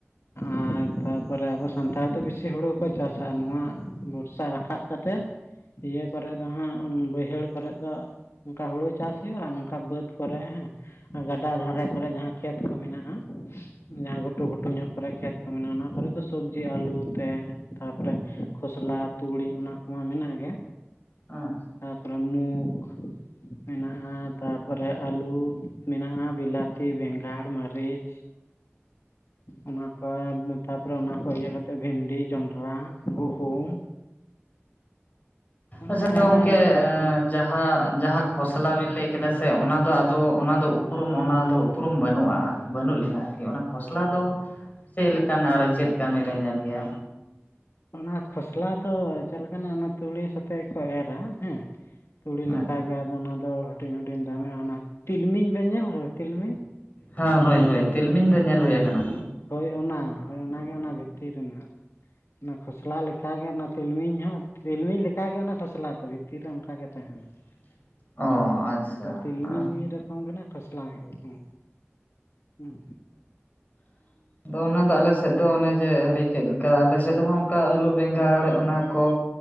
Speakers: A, on the left; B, on the left.
A: ᱟᱨ ᱛᱟ ᱟᱵᱚ ᱥᱟᱱᱛᱟᱲ ᱫᱚ ᱵᱮᱥᱤ ᱦᱩᱲᱩ ᱠᱚ ᱪᱟᱥᱟ ᱱᱚᱣᱟ ᱵᱚᱨᱥᱟ ᱨᱟᱠᱟᱵ ᱠᱟᱛᱮᱫ ᱤᱭᱟᱹ ᱠᱚᱨᱮ ᱫᱚ ᱦᱟᱸᱜ ᱵᱟᱹᱭᱦᱟᱹᱲ ᱠᱚᱨᱮ ᱫᱚ ᱚᱜᱠᱟ ᱦᱩᱲᱩ ᱪᱟᱥ ᱦᱩᱭᱩᱜ-ᱟ ᱱᱚᱝᱠᱟ ᱵᱟᱹᱫ ᱠᱚᱨᱮ ᱦᱮᱸ ᱜᱟᱰᱟ ᱫᱷᱟᱨᱮ ᱠᱚᱨᱮᱜ ᱡᱟᱦᱟᱸ ᱠᱷᱮᱛ ᱠᱚ ᱢᱮᱱᱟᱜ-ᱟ᱾ ᱡᱟᱦᱟᱸ ᱜᱷᱩᱴᱩ ᱜᱷᱩᱴᱩ ᱧᱚᱜ ᱠᱚᱨᱮ ᱠᱷᱮᱛ ᱠᱚ ᱢᱮᱱᱟᱜ-ᱟ ᱚᱱᱟ ᱠᱚᱨᱮᱫ ᱫᱚ ᱥᱚᱵᱽᱡᱤ ᱟᱞᱩ ᱛᱮ ᱛᱟᱯᱚᱨᱮ ᱠᱷᱚᱥᱞᱟ ᱛᱩᱲᱤ ᱚᱱᱟ ᱠᱚᱢᱟ ᱢᱮᱱᱟᱜ ᱜᱮ
B: ᱟᱪᱪᱷᱟ
A: ᱯᱟᱨᱟᱢᱩᱠ ᱢᱮᱱᱟᱜ-ᱟ ᱛᱟᱨᱯᱚᱨᱮ ᱟᱹᱞᱩ ᱢᱮᱱᱟᱜ-ᱟ ᱵᱞᱟᱛᱤ ᱵᱮᱸᱜᱟᱲ ᱢᱟᱹᱨᱤᱪ ᱚᱱᱟ ᱠᱚ ᱢᱮᱛᱟᱵ ᱛᱟᱯᱚᱨᱮ ᱚᱱᱟ ᱠᱷᱚᱱ ᱤᱭᱟᱹ ᱠᱟᱛᱮᱫ ᱵᱷᱤᱱᱰᱤ, ᱡᱚᱱᱰᱨᱟ, ᱜᱩᱦᱩᱢ, ᱢᱟᱱᱮ
B: ᱟᱪᱪᱷᱟ
A: ᱟᱭᱢᱟ
B: ᱜᱚᱝᱠᱮ <unintelligible>
A: ᱞᱮᱠᱟᱱ ᱡᱤᱱᱤᱥ
B: ᱡᱟᱦᱟᱸ ᱠᱷᱚᱥᱞᱟ ᱵᱤᱱ ᱞᱟᱹᱭ ᱠᱮᱫᱟ ᱥᱮ ᱚᱱᱟ ᱫᱚ ᱟᱫᱚ ᱚᱱᱟ ᱫᱚ ᱩᱯᱨᱩᱢ ᱚᱱᱟᱫᱚ ᱩᱯᱨᱩᱢ ᱵᱟᱹᱱᱩᱜ-ᱟ᱾ ᱵᱟᱹᱱᱩᱜ ᱞᱤᱧᱟᱹ ᱟᱨᱠᱤ ᱚᱱᱟ ᱠᱷᱚᱥᱞᱟ ᱫᱚ ᱪᱮᱫᱠᱟᱱᱟ ᱟᱨ ᱪᱮᱫ ᱠᱟᱹᱢᱤᱮ ᱧᱮᱞ ᱜᱮᱭᱟᱭ
A: ᱚᱱᱟ ᱠᱷᱚᱥᱞᱟ ᱫᱚ ᱪᱮᱫ ᱞᱮᱠᱟᱱᱟᱜ ᱚᱱᱟ ᱛᱩᱲᱤ ᱥᱟᱛᱮᱜᱮ ᱠᱚ ᱮᱨᱟ ᱦᱮᱸ ᱛᱩᱲᱤ
B: ᱟᱪᱪᱷᱟ
A: ᱞᱮᱠᱟᱜᱮ ᱟᱫᱚ ᱚᱱᱟᱫᱚ ᱦᱩᱰᱤᱧ ᱦᱩᱰᱤᱧ ᱫᱟᱢᱮᱜ-ᱟ ᱚᱱᱟ ᱛᱤᱞᱢᱤᱧ ᱵᱮᱱ ᱧᱮᱞ ᱠᱟᱫᱟ ᱛᱤᱞᱢᱤᱧ
B: ᱦᱮᱸ ᱦᱳᱭ ᱦᱳᱭ ᱛᱤᱞᱢᱤᱧ ᱫᱚ ᱧᱮᱞ ᱦᱩᱭ ᱟᱠᱟᱱᱟ
A: ᱦᱳᱭ ᱚᱱᱟ ᱦᱳᱭ ᱚᱱᱟᱜᱮ ᱚᱱᱟ ᱵᱷᱤᱛᱤᱨ ᱨᱮᱱᱟᱜ ᱚᱱᱟ ᱠᱷᱚᱥᱞᱟ ᱞᱮᱠᱟᱜᱮ ᱚᱱᱟ ᱛᱤᱞᱢᱤᱧ ᱦᱚᱸ ᱛᱤᱞᱢᱤᱧ ᱞᱮᱠᱟᱜᱮ ᱚᱱᱟ ᱠᱷᱚᱥᱞᱟ ᱫᱚ ᱵᱷᱤᱛᱤᱨ ᱨᱮ ᱚᱱᱠᱟᱜᱮ ᱛᱟᱦᱮᱱᱟ᱾
B: <inaudible>
A: ᱦᱮᱸ
B: ᱟᱪᱪᱷᱟ
A: ᱟᱫᱚ ᱛᱤᱞᱢᱤᱧ
B: ᱟᱪᱪᱷᱟ
A: ᱢᱤᱫ ᱨᱚᱠᱚᱢ ᱠᱟᱱᱟ ᱠᱷᱚᱥᱞᱟ ᱢᱤᱫ ᱨᱚᱠᱚᱢ ᱦᱩᱸ
B: <inaudible> ᱟᱫᱚ ᱚᱱᱟᱫᱚ ᱟᱞᱮ ᱥᱮᱫ ᱫᱚ ᱚᱱᱮ ᱡᱮ ᱞᱟᱹᱭ ᱠᱮᱫ ᱞᱮᱠᱟ ᱟᱞᱮ ᱥᱮᱫ ᱦᱚᱸ ᱚᱱᱠᱟ ᱟᱹᱞᱩ ᱵᱮᱸᱜᱟᱲ ᱚᱱᱟ ᱠᱚ